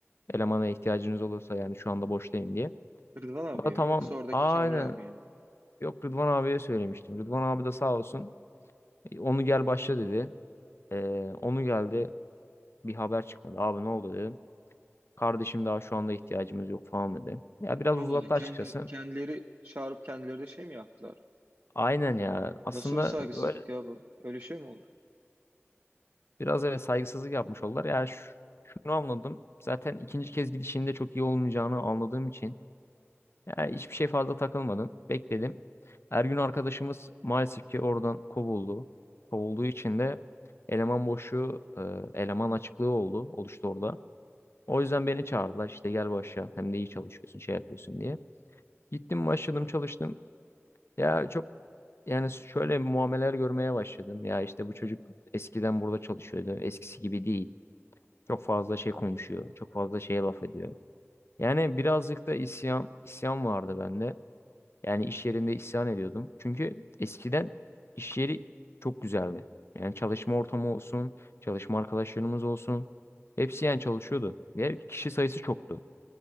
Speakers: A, on the left; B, on the right.
A: elemana ihtiyacınız olursa yani şu anda boştayım diye.
B: Rıdvan abiye
A: O da tamam.
B: mi yoksa oradaki
A: Aynen.
B: Kamil abiye mi?
A: Yok Rıdvan abiye söylemiştim. Rıdvan abi de sağ olsun. "E, Onu gel başla dedi. Ee, onu geldi. Bir haber çıkmadı. Abi ne oldu dedim. Kardeşim daha şu anda ihtiyacımız yok falan dedi. Ya biraz
B: Allah
A: uzattı
B: Allah kendi,
A: açıkçası.
B: kendileri çağırıp kendileri de şey mi yaptılar?
A: Aynen ya. Aslında
B: Nasıl bir saygısızlık
A: öyle
B: ya bu? Öyle şey mi olur?
A: biraz evet saygısızlık yapmış oldular. Ya ş- şunu anladım. Zaten ikinci kez gidişinde çok iyi olmayacağını anladığım için. Ya hiçbir şey fazla takılmadım. Bekledim. Ergün arkadaşımız maalesef ki oradan kovuldu. Kovulduğu için de eleman boşluğu, e, eleman açıklığı oldu, oluştu orada. O yüzden beni çağırdılar. işte gel başla. Hem de iyi çalışıyorsun, şey yapıyorsun diye. Gittim başladım çalıştım. Ya çok yani şöyle muameleler görmeye başladım. Ya işte bu çocuk eskiden burada çalışıyordu. Eskisi gibi değil. Çok fazla şey konuşuyor. Çok fazla şeye laf ediyor. Yani birazcık da isyan, isyan vardı bende. Yani iş yerinde isyan ediyordum. Çünkü eskiden iş yeri çok güzeldi. Yani çalışma ortamı olsun, çalışma arkadaşlarımız olsun. Hepsi yani çalışıyordu. Ve kişi sayısı çoktu.